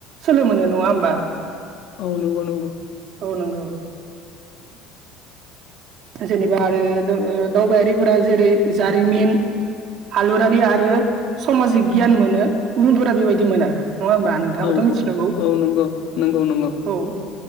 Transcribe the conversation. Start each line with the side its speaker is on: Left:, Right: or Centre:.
Right: सोलो मोनो नङा होमबा?
Left: औ नंगौ नंगौ।
Right: औ नंगौ। जेनेबा आरो दङ दावबायारिफोरा जेरै जारिमिन हालुरारि आरो समाजिक गियान मोनो गुबुनफोरा बेबायदि मोना। नङा होमबा नोंथाबोथ'
Left: औ
Right: मिथिखागौ
Left: औ औ नंगौ नंगौ नंगौ
Right: औ